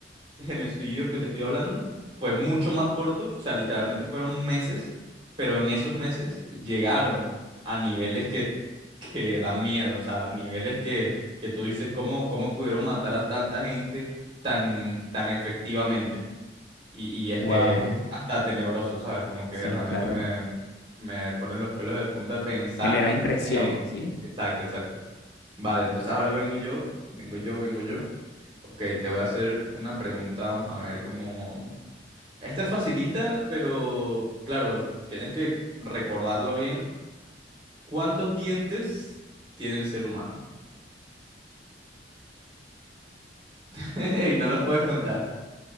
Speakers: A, on the right (about 30°); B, on the left (about 65°).
A: genocidio que te estoy hablando fue mucho más corto, o sea, literalmente fueron meses, pero en esos meses llegaron a niveles que, que dan miedo, o sea, niveles que, que tú dices cómo, cómo pudieron matar a tanta gente tan, tan efectivamente. Y, y es,
B: wow,
A: es hasta tenebroso, ¿sabes? Como que
B: sí,
A: realmente
B: claro,
A: me, me ponen los pelos de punta pensar.
B: genera impresión,
A: eh,
B: ¿sí?
A: exacto, exacto. Vale, entonces ahora vengo yo, vengo yo, vengo yo. Ok, te voy a hacer una pregunta, vamos a ver cómo... Esta es facilita, pero claro, tienes que recordarlo bien. ¿Cuántos dientes tiene el ser humano? <laughs> Y no los puedes contar.